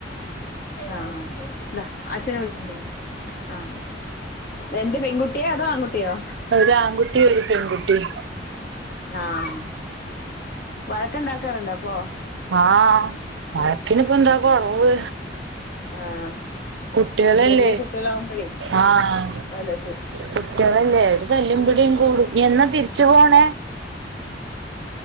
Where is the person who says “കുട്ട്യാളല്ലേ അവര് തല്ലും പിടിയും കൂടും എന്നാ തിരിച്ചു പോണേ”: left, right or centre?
Right